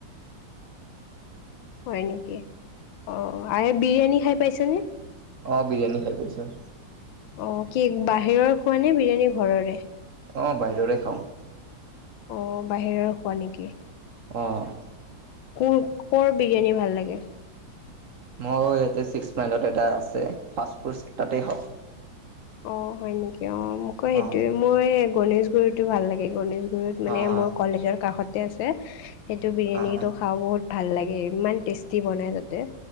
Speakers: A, on the left; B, on the right.
A: হয় নিকি অ আৰ বিৰিয়ানী খাই পাইচা নে
B: অঁ বিৰিয়ানী খাই পাইছোঁ
A: অ কি বাহিৰৰ খোৱা নে বিৰিয়ানী ঘৰৰে
B: অ বাইৰৰে খাওঁ
A: অঁ বাহিৰৰ খোৱা নিকি
B: অঁ
A: কো কৰ বিৰিয়ানী ভাল লাগে
B: মই ইয়াতে চিক্স মাইলত এটা আছে ফাৰ্চ ফোচ্ তাতে খাওঁ
A: অ হয় নিকি অ মকৌ
B: অ',
A: সেইটোৱে মই গণেশ গুৰিতো ভাল লাগে গণেশ গুৰিত মানে
B: অ',
A: মোৰ কলেজৰ কাষতে আছে সেইটো বিৰিয়ানীটো
B: অ',
A: খাওঁ বহুত ভাল লাগে ইমান টেষ্টি বনাই তাতে